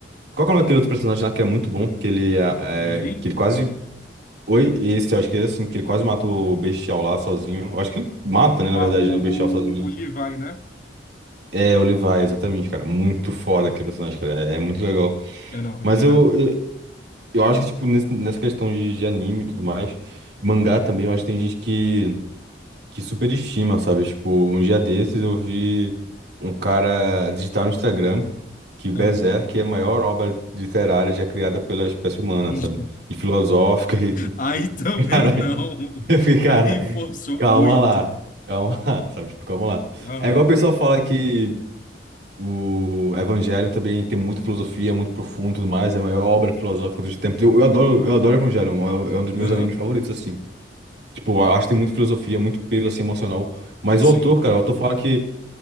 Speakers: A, on the right; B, on the left.
A: Qual que é o nome daquele outro personagem lá que é muito bom? Que ele é,
B: O Lorin?
A: é- que ele quase. Oi, esse, eu acho que ele assim, que ele quase mata o Bestial lá sozinho. Eu acho que ele mata, né,
B: Ah,
A: na verdade,
B: o, o,
A: né, o Bestial sozinho, né?
B: o Levi, né?
A: É, o Levi, exatamente, cara. Muito foda aquele personagem, cara. É, é muito legal.
B: É, não,
A: Mas
B: ele
A: eu,
B: era.
A: Eu acho que, tipo, nesse- nessa questão de, de anime e tudo mais, mangá também, eu acho que tem gente que, que superestima, sabe? Tipo, um dia desses eu vi um cara digitar no Instagram que Berserk
B: Ah.
A: é a maior obra literária já criada pela espécie humana,
B: <laughs>
A: sabe? E filosófica e...
B: Aí também
A: <laughs> Cara,
B: não.
A: eu fiquei,
B: Aí
A: cara,
B: forçou
A: calma
B: muito.
A: lá, calma lá, sabe? Tipo, calma lá.
B: Aham.
A: É igual a pessoa fala que o Evangelho também tem muita filosofia, muito profundo e tudo mais. É a maior obra filosófica dos tempos. Eu, eu adoro, eu adoro Evangelho, é, um é um dos meus
B: Aham.
A: animes favoritos, assim. Tipo, eu acho que tem muita filosofia, muito peso, assim, emocional. Mas
B: Sim.
A: o autor, cara, o autor fala que